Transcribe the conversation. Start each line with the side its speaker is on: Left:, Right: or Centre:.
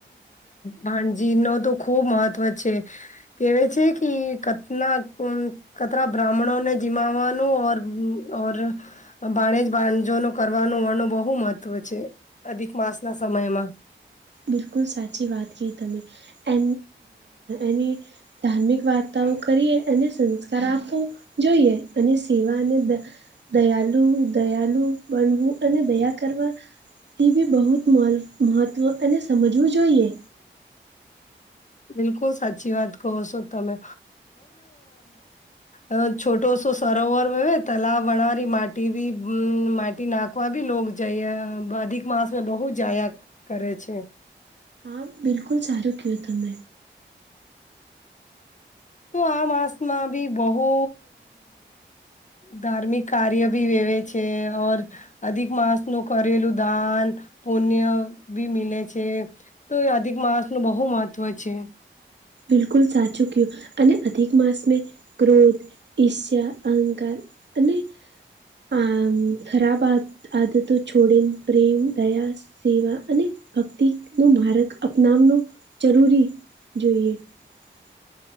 Left: ભાણજી નો તો ખુબ મહત્વ છે કેવા છે કે કથના કતરા બ્રાહ્મણોને જીમાવાનું ઓર, ઓર ભાણેજ, ભંજો ન કરવાનો વર્ણો બહુ મહત્વ છે, અધિક માસ ના સમયમાં
Right: બિલકુલ સાચી વાત કી તમે એ એની ધાર્મિક વાર્તાઓ કરીએ અને સંસ્કાર આપો જોઈએ અને સેવા અને દયાલુ, દયાલુ, બનવું અને દયા કરવા તે બી બહુ જ મહત્વ અને સમજવું જોઈએ
Left: બિલકુલ સાચી વાત કહો શો તમે અ છોટોસો સરોવર હોવે તલા વણરી માટી બ માટી નાખ કોઈ ભી લગ જઈએ અધિક માાસ મે બહુ જાયા કરે છે
Right: હ, બિલકુલ સારું ક્યુ તમેં
Left: તો, માસમાં બી બહુ ધાર્મિક કાર્ય ભી વેવે છે ઓર અધિક માસ નું કરેલું દાન, પુણ્ય, બી મિલે છે તો અધિક માણસ નું બહુ મહત્વ છે
Right: બિલકુલ સાચું કયુ તમે અધિક માસ મે ક્રોધ ઈષ્યા, અહંકાર અને અખરાબ આદતો, છોડેન, પ્રેમ, દયા સેવા અને ભક્તિ નો માર્ગ અપનાવનો જરૂરી જોઈએ <unintelligible>